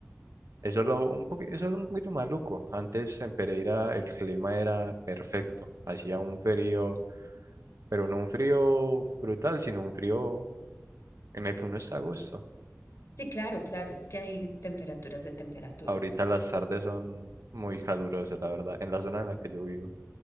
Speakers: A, on the right (about 75°); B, on the left (about 65°).
A: eso es lo un poquito, eso es un poquito maluco. Antes en Pereira el clima era perfecto, hacía un frío, pero no un frío brutal, sino un frío en el que uno está a gusto.
B: Sí, claro, claro. Es que hay temperaturas de temperaturas,
A: Ahorita
B: sí.
A: las tardes son muy calurosas, la verdad, en la zona en la que yo vivo.